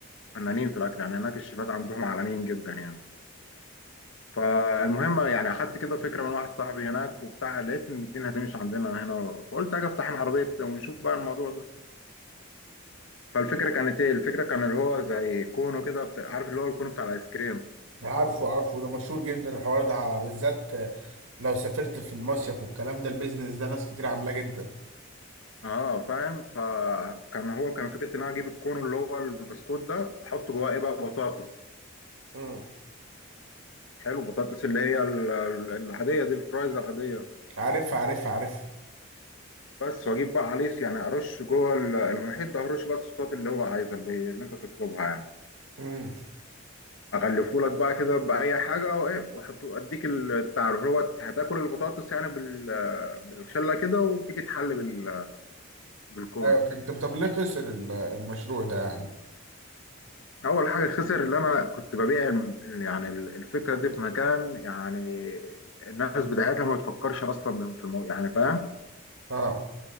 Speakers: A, on the left; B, on the right.
A: فنانين في الأكل يعني هناك الشيفات عندهم عالميين جدا يعني فالمهم يعني أخدت كده فكرة من واحد صاحبي هناك وبتاع لقيت إن الدنيا هتمشي عندنا هنا فقلت أجي أفتح أنا عربية ونشوف بقى الموضوع ده فالفكرة كانت إيه؟ الفكرة كان اللي هو زي كونو كده بتاع- عارف اللي هو الكونو بتاع الآيس كريم
B: عارفه عارفه ده مشهور جدا الحوار ده بالذات لو سافرت في المصيف والكلام ده البيزنس ده ناس كتير عاملاه جدا
A: اه فاهم فكان هو كان فكره ان انا اجيب الكون اللي هو البسكوت ده احط جواه ايه بقى بطاطس
B: امم
A: حلو بطاطس اللي هي ال- ال- العاديه دي الفرايز العاديه
B: عارف عارف عارف
A: بس واجيب بقى عليه يعني ارش جوه ال- المحيط ده ارش بقى الصوصات اللي هو عايزها اللي, اللي انت تطلبها يعني
B: امم
A: اغلفه لك بقى كده باي حاجه وايه واحطه اديك ال- بتاع اللي هو هتاكل البطاطس يعني بال- بالخله كده وتيجي تحل بال- بالكون
B: ايوه فهمت طب ليه خسر ال- المشروع ده يعني
A: اول حاجه خسر اللي انا كنت ببيع الم- يعني ال- الفكره دي في مكان يعني الناس بتاعتها ما بتفكرش اصلا بالم- في الموضوع يعني فاهم
B: اه